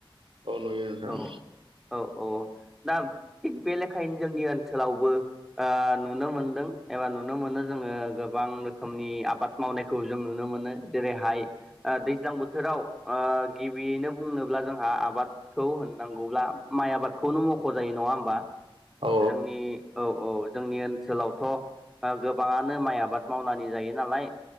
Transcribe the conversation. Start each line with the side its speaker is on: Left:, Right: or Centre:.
Right: औ नुयो नोंथां
Centre: औ औ औ दा थिग बे लेखायैनो जोंनि ओनसोलावबो ओ नुनो मोनदों एबा नुनो मोनो जोङो गोबां गोबां रोखोमनि आबाद मावनायखौ जों नुनो मोनो जेरै हायो दैज्लां बोथोराव गिबियैनो बुंनो ब्ला आबादखौ होननांगौब्ला माइ आबादखौनो मख' जायो नङा ओमबा
Right: औ
Centre: जोंनि औ औ जोंनि ओनसोलावथ' गोबाङानो माइ आबाद मावनानै जायो नालाय